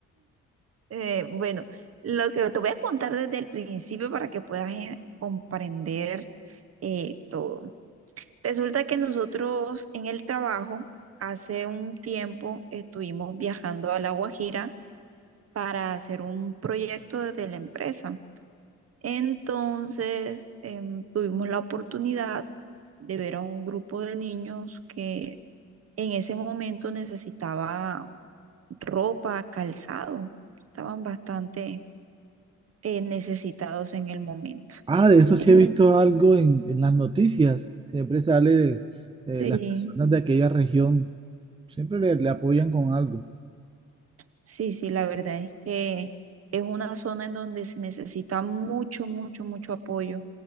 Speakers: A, on the right (about 50°); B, on the right (about 15°).
A: Eh, bueno, lo que te voy a contar desde el principio para que puedas eh, comprender eh, todo. Resulta que nosotros en el trabajo hace un tiempo estuvimos viajando a La Guajira para hacer un proyecto de la empresa. Entonces, em, tuvimos la oportunidad de ver a un grupo de niños que en ese momento necesitaba ropa, calzado, estaban bastante eh, necesitados en el momento.
B: Ah, de eso
A: En-
B: sí he visto algo en, en las noticias, siempre sale eh,
A: sí,
B: las personas de aquella región, siempre le, le apoyan con algo.
A: sí, sí, la verdad es que es una zona en donde se necesita mucho, mucho, mucho apoyo.